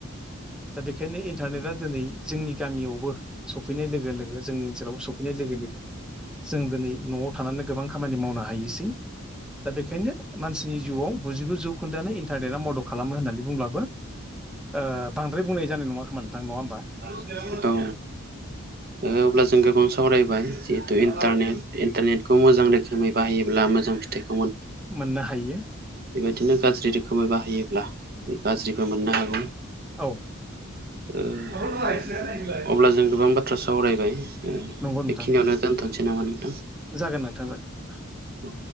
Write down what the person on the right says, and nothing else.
औ नोंथां ओ अब्ला जों गोबां सावरायबाय जिहे थु इन्टारनेट इन्टारनेटखौ मोजां रोखोमै बाहायोब्ला मोजां फिथाइ
बेबायदिनो गाज्रि रोखोमै बाहायोब्ला गाज्रिबो मोननो हागौ।
ओ अब्ला जों गोबां बाथ्रा सावरायबाय। उम
बेखिनियावनो दोनथ'नोसै नामा नों
औ